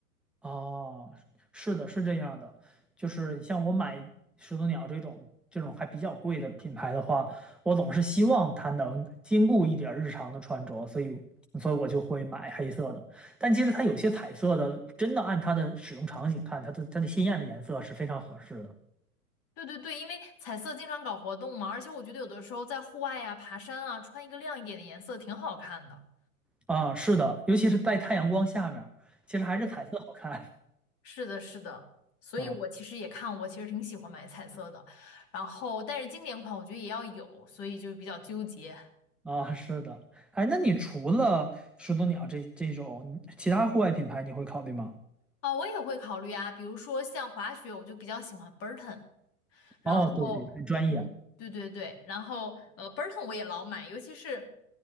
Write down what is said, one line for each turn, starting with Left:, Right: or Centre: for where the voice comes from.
Centre: 哦，是的，是这样的，就是像我买始祖鸟这种这种还比较贵的品牌的话，我总是希望它能兼顾一点儿日常的穿着，所以所以我就会买黑色的。但其实它有些彩色的，真的按它的使用场景看，它的它的鲜艳的颜色是非常合适的
Left: 对对对，因为彩色经常搞活动嘛，而且我觉得有的时候在户外呀、爬山啊，穿一个亮一点的颜色挺好看的。
Centre: 啊，是的，尤其是在太阳光下面儿其实还是彩色好看
Left: 是的。是的，是的，所以我其实也看，
Centre: 啊。
Left: 我其实挺喜欢买彩色的，然后但是经典款我觉得也要有，所以就比较纠结。
Centre: 啊，是的，哎，那你除了始祖鸟这这种其他户外品牌，你会考虑吗？
Left: 啊。我也会考虑啊，比如说像滑雪，我就比较喜欢 Burton，然后，
Centre: 哦，对对，很专业。
Left: 嗯对对对，然后呃 Burton 我也老买，尤其是